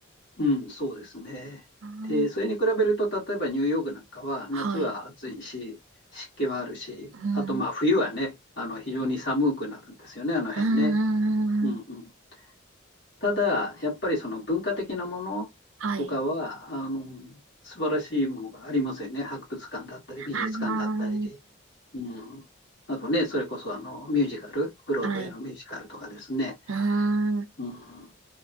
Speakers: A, on the left; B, on the right.
A: うん、そうですね。
B: うーん、
A: で、それに比べると、例えばニューヨークなんかは夏は暑いし、
B: はい。
A: 湿気はあるし、
B: うん
A: あとまあ冬はね、あの非常に寒くなるんですよね、あの辺ね。
B: うん
A: うんうんただ、やっぱりその文化的なものとかは、
B: はい。
A: あの、素晴らしいものがありますよね。博物館だったり、美術館だったり。
B: あ
A: うん。あとね、それこそあの、ミュージカル、ブロードウェイのミュージカルとかですね。
B: あ、はい。ああ、
A: うん。